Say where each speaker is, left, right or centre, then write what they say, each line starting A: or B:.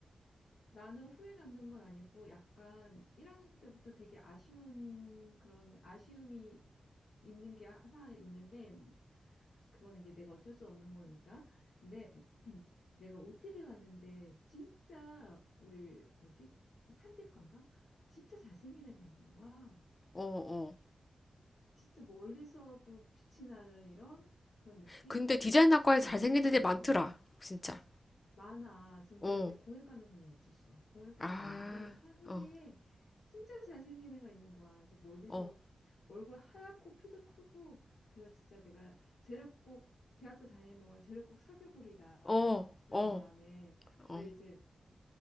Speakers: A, on the left; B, on the left.
A: 나는 후회 남는 건 아니고 약간 1학년 때부터 되게 아쉬운 그런 아쉬움이 있는 게 하나 있는데 그건 이제 내가 어쩔 수 없는 거니까. 근데 <clears throat> 내가 OT를 갔는데 진짜 우리 뭐지? 산디과인가? 진짜 잘생긴 애가 있는 거야.
B: 어, 어.
A: 진짜 멀리서도 빛이 나는 이런 그런 느낌?
B: 근데 디자인학과에
A: 진짜
B: 잘생긴
A: 잘생겨가지고.
B: 애들이 많더라. 진짜.
A: 많아. 진짜
B: 어.
A: 근데 공예과는 별로 없었어. 공예과는
B: 아,
A: 없는데 산
B: 어,
A: 뒤에 진짜 잘생긴 애가 있는 거야. 이제 멀리서
B: 어,
A: 얼굴 하얗고 키도 크고 그래서 진짜 내가 쟤를 꼭 대학교 다니는 동안 쟤를 꼭 사귀어보리라
B: 어,
A: 이런
B: 어,
A: 마음에 왜
B: 어.
A: 이제